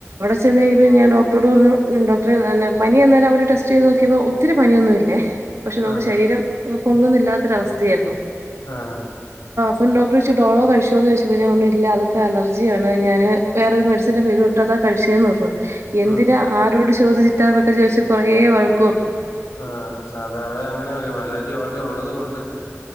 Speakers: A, on the right (about 65°); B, on the left (about 70°).
A: ചെന്ന് കഴിഞ്ഞപ്പോ ഞൻ ഡോടോട് പറഞ്ഞുഡോടറെഞാ... പനി അന്നേരം അവര് ടെസ്റ്റ് ചെയ്ത് നോക്കിയപ്പോൾ ഒത്തിരി പനിയൊന്നുമില്ലേ പക്ഷെ നമുക്ക്
B: ആഹ്
A: ശരീരം പൊങ്ങുന്നില്ലാത്തൊരവസ്ഥയായിരുന്നു
B: ആഹ്
A: പോഡോക്ടർ ചോയിച്ച്ഡോളോ കഴിച്ചോ ചോയിച്ചപ്പോ ഞാൻ പറഞ്ഞ് ഇല്ലഅതൊക്കെ അലജിയാണ്ഞാൻ വേറെ രു മെഡസിൻ് പേര് പറഞ്ഞിട്ട്താ.... കഴച്ചെന്ന് പർണു എന്തിനാ
B: ഉം
A: ആരോട് ചോദിച്ചിട്ടാന്നൊക്കെ ചോയിച്ചു കൊറെ വഴെക്ക് പർണു.
B: ആഹ സാധാര അത് അങ്ങനെ വരു അർജി ഓൾഡറി ഉള്ളതൊണ്ട്.